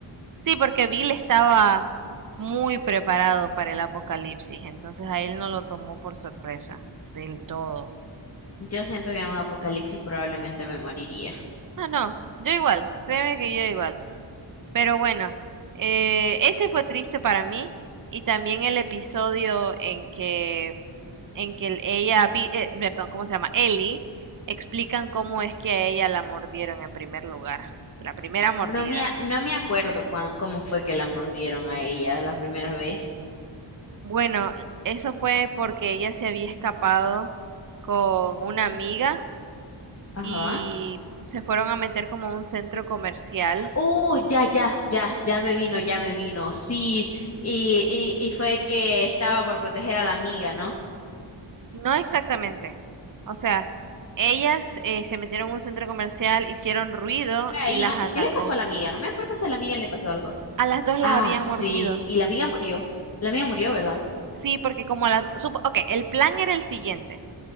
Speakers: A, on the right; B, on the left.
A: Sí, porque Bill estaba muy preparado para el apocalipsis, entonces a él no lo tomó por sorpresa del todo.
B: Yo siento que en un apocalipsis probablemente me moriría.
A: Ah, no, yo igual, créeme que yo igual. Pero bueno, eh, ese fue triste para mí y también el episodio en que, en que el- ella, vi- eh, perdón, ¿cómo se llama? Ellie, explican cómo es que a ella la mordieron en primer lugar, la primera mordida.
B: No me, a- no me acuerdo cuán- cómo fue que la mordieron a ella la primera vez.
A: Bueno, eso fue porque ella se había escapado con una amiga
B: Ajá.
A: y se fueron a meter como a un centro comercial
B: Uh, ya, ya, ya, ya me vino, ya me vino. Sí, y, y, y fue que estaba por proteger a la amiga, ¿no?
A: No exactamente. O sea, ellas eh, se metieron en un centro comercial, hicieron ruido
B: ahí,
A: y las
B: ¿no?
A: atacó.
B: ¿Qué le pasó a la amiga? No me acuerdo si a la amiga le pasó algo.
A: A las dos las
B: Ah,
A: habían
B: sí,
A: mordido.
B: y la amiga murió. La amiga murió, ¿verdad?
A: Sí, porque como a las... Ok, el plan era el siguiente.